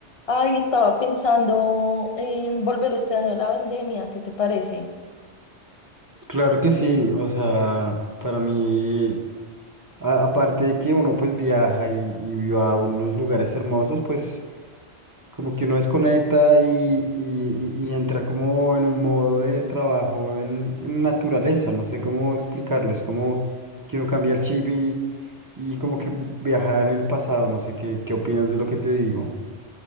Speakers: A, on the left; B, on the right.
A: Ay, estaba pensando en volver este año a la vendemia, ¿qué te parece?
B: Claro que sí, o sea, para mí, a- aparte de que uno pues viaja y, y va a unos lugares hermosos, pues como que uno desconecta y, y- y- y entra como en un modo de trabajo en, en naturaleza, no sé cómo explicarlo, es como que uno cambia el chip y, y como que viaja en el pasado, no sé qué, qué opinas de lo que te digo.